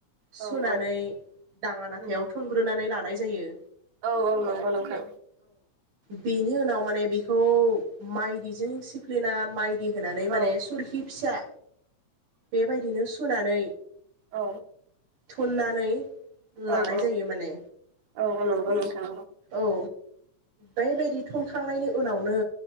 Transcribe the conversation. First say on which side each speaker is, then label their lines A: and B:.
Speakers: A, on the right; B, on the right.
A: औ
B: सुनानै
A: औ
B: दांङा नाथायाव
A: उम
B: थुनग्रोनानै लानाय जायो
A: औ औ नंगौ नोंथां
B: बिनि उनाव माने बे खौ माइदिजों सिफ्लिना माइदि होनानै माने
A: औ
B: सरखि फिसा बेबायदिनो सुनानै
A: औ
B: थुननानै
A: औ
B: लानाय
A: औ
B: जायो माने
A: औ नंगौ नोंथां
B: औ बेबायादि थुनखांनायनि उनावनो